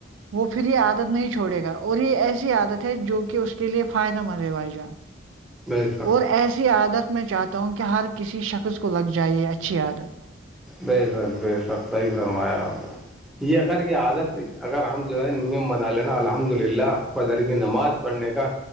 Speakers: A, on the right; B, in the centre.
A: وہ پھر یہ عادت نہیں چھوڑے گا اور یہ ایسی عادت ہے جو کہ اس کے لیے فائدہ مند ہے بھائی جان
B: بے شک
A: اور ایسی عادت میں چاہتا ہوں کہ ہر کسی شخص کو لگ جائے یہ اچھی عادت
B: بے شک بے شک صحیح فرمایا آپ نے یہ اگر یہ عادت اگر ہم جو ہے نیم بنا لینا الحمد للہ فذر کی نماز پڑھنے کا